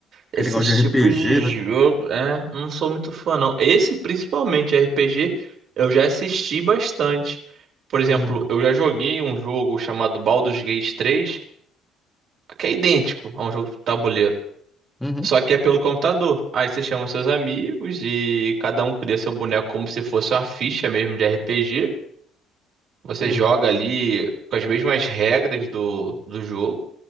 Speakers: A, on the right (about 45°); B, in the centre.
A: esses
B: aquele negócio de
A: tipos
B: RPG,
A: de
B: né?
A: jogo, é, não sou muito fã não. Esse principalmente RPG, eu já assisti bastante. Por exemplo,
B: Hum,
A: eu já joguei um jogo chamado Baldur's Gate três que é idêntico a um jogo de tabuleiro,
B: uhum,
A: só que é pelo computador. Aí você chama seus amigos e cada um cria seu boneco como se fosse uma ficha mesmo de RPG. Você
B: hum.
A: joga ali com as mesmas regras do, do jogo.